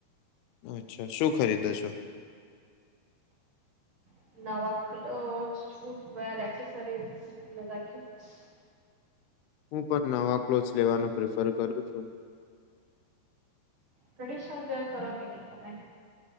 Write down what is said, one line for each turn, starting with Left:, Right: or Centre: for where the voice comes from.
Left: અચ્છા શું ખરીદો છો?
Right: <unintelligible>
Left: હું પણ નવા ક્લોથસ લેવાનું પ્રિફર કરું છું.
Right: ટ્રેડિશનલ વેર કરો કે ની તમે?